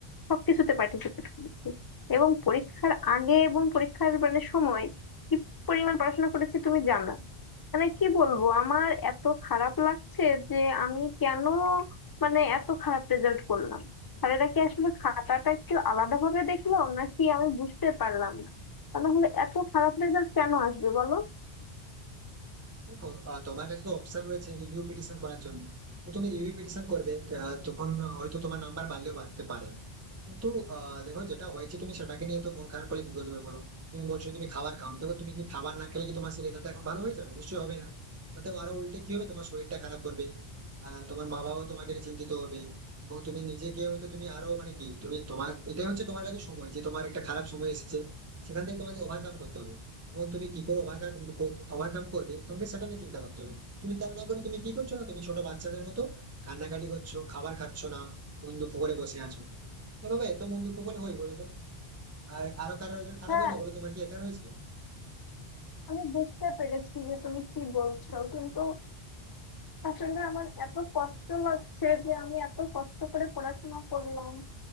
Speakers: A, on the left; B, on the right.
A: সবকিছুতে পার্টিসিপেট করেছি এবং পরীক্ষার আগে এবং পরীক্ষার মানে সময় কি পরিমাণ পড়াশোনা করেছি তুমি জানো মানে কি বলবো আমার এত খারাপ লাগছে যে আমি কেন মানে এত খারাপ রেজাল্ট করলাম আর এটা কি আসলে খাতাটা একটু আলাদা ভাবে দেখলো নাকি আমি বুঝতে পারলাম না তা নাহলে এত খারাপ রেজাল্ট কেন আসবে বলো
B: দেখো আহ, তোমার কাছে তো অপশন রয়েছে রিভিউ পিটিশন করার জন্য তো তুমি রিভিউ পিটিশন করবে আহ, তখন হয়তো তোমার নাম্বার বাড়লেও বাড়তে পারে কিন্তু আহ, দেখো যেটা হয়েছে তুমি সেটাকে নিয়ে তো মন খারাপ করে কি করবে বলো তুমি বলছো তুমি খাবার খাও দেখো তুমি কি খাবার না খেলে কি তোমার সেই রেজাল্ট এখন ভালো হয়ে যাবে নিশ্চয়ই হবে না তাতে আরো উল্টে কি হবে তোমার শরীরটা খারাপ করবে আহ, তোমার মা বাবাও তোমাকে নিয়ে চিন্তিত হবে এবং তুমি নিজেকে হয়তো তুমি আরো মানে কি তুমি তোমার এটাই হচ্ছে তোমার কাছে সময় যে তোমার একটা খারাপ সময় এসেছে সেখান থেকে তোমাকে ওভারকাম করতে হবে এবং তুমি কি করে ওভারকাম ওভারকাম করবে তোমাকে সেটা নিয়ে চিন্তা করতে হবে তুমি তা না করে তুমি কি করছো না তুমি ছোট বাচ্চাদের মতো কান্নাকাটি করছো খাবার খাচ্ছ না বন্ধু খবরে বসে আছো আরে বাবা এত বন্ধু খবরে হয় বলো তো আর আরো কারোর একজন খারাপ
A: হ্যাঁ
B: হয় না বলো তোমার কি একা রয়েছে
A: আমি বুঝতে পেরেছি যে তুমি কি বলছো কিন্তু আসলে আমার এত কষ্ট লাগছে যে আমি এত কষ্ট করে পড়াশোনা করলাম